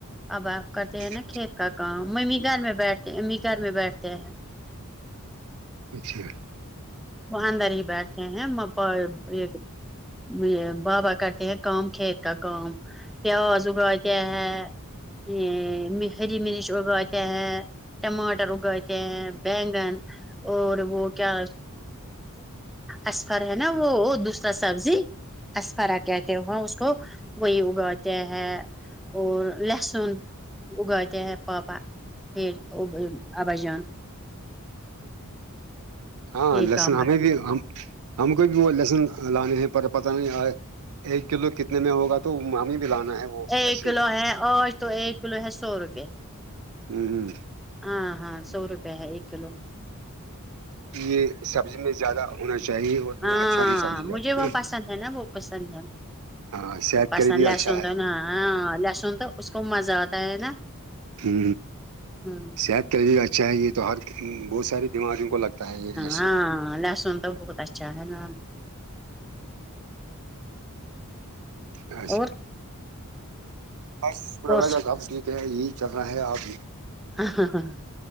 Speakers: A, in the centre; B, on the right.
A: اب آپ کرتے ہیں نا
B: اچھا
A: کھیت کا کام ممی گھر میں بیٹھتے امی گھر میں بیٹھتے ہیں
B: اچھا
A: وہ اندر ہی بیٹھتے ہیں ایک یہ بابا کرتے ہیں کام کھیت کا کام پیاز اگواتے ہیں ا ہری مرچ اگواتے ہیں ٹماٹر اگاتے ہیں بیینگن اور وہ کیا اسفر ہے نا وہ دوسرا سبزی اسفرا کہتے ہو وہ اس کو وہی اگا ت ہے اور لہسن اگاتے ہیں پاپا پھر وہ آوا جان
B: ہاں
A: یہ
B: لسن
A: کام کر
B: ہمیں بھی ہم کو بھی وہ لسن لانے ہیں پر پت نہیں آ ایک کلو کتنے میں ہوگا تو ہمیں بھی لانا ہے وہ
A: ایک
B: لہسن
A: کلو ہے اورج تو ایک کلو ہے سو روپے
B: ہوں ہوں
A: ہاں ہاں سو روپئے ہے ایک کلو
B: کہ یہ سبزی میں زیادہ ہونا چاہیے اور یہ
A: ہاں
B: اچھا بھی سبزی
A: مجھے
B: ہے
A: وہ پسند ہے نا وہ پسند ہے
B: ہاں صحت
A: پاس
B: کے لیے بھی
A: لہسن
B: اچھا ہے
A: تو نا ہاں لہسن تو اس کو مزہ آتا ہے نا
B: ہ
A: ہ
B: صحت کے لی اچھا ہے یہ تو ہر بہت ساری بیماریوں کو لگتا ہے یہ لہسن
A: ہاں لہسن تو بہت اچھا ہے ن
B: یکھے
A: اور
B: ب شکر
A: کورس
B: اللہ کا سب ٹھیک ہے یہی چل رہا ہے آپ بھی
A: ہاں ہاں ہاں